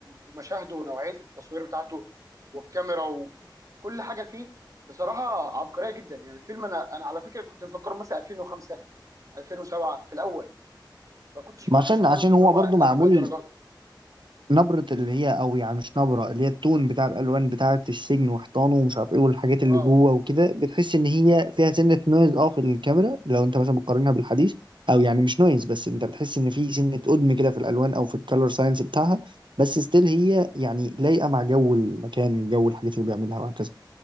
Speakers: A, on the right; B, on the right.
A: ومشاهده ونوعيه التصوير بتاعته والكاميرا وكل حاجه فيه بصراحه عبقريه جدا يعني الفيلم انا انا على فكره كنت مفكره مثلا 2005 2007 في الاول ما كنتش ملاحظ
B: ما عشان
A: خالص
B: عشان
A: ان
B: هو
A: هو
B: برضو معمول
A: قديم للدرجه دي
B: نبرة اللي هي او يعني مش نبرة اللي هي التون بتاع الالوان بتاعة السجن وحيطانه ومش عارف ايه والحاجات
A: اه
B: اللي جوه وكده بتحس ان هي فيها سنة نويز اه في الكاميرا لو انت مثلا بتقارنها بالحديث او يعني مش نويز بس انت بتحس ان في سنة قدم كده في الالوان او في الكالر ساينس بتاعها بس ستيل هي يعني لايقة مع جو المكان جو الحاجات اللي بيعملها وهكذا